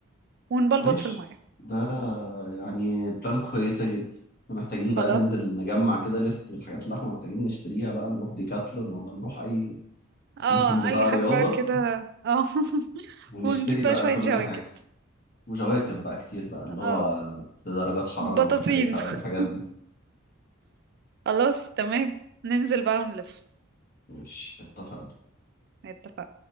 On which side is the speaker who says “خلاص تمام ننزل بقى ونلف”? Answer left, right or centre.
Right